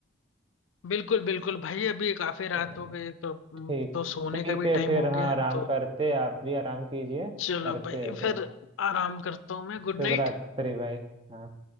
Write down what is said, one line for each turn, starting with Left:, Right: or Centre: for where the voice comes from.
Left: बिल्कुल बिल्कुल भाई अभी काफी रात
Right: चलो
Left: हो गई तो
Right: ठीक
Left: तो सोने
Right: ठीक
Left: का भी
Right: है
Left: टाइम
Right: फिर
Left: हो
Right: हाँ
Left: गया है,
Right: आराम
Left: तो
Right: करते हैं, आप भी आराम कीजिए
Left: चलो
Right: करते
Left: भाई
Right: हैं फिर
Left: फिर आराम करता हूँ मैं गुड
Right: शुभ
Left: नाइट
Right: रात्रि भाई हाँ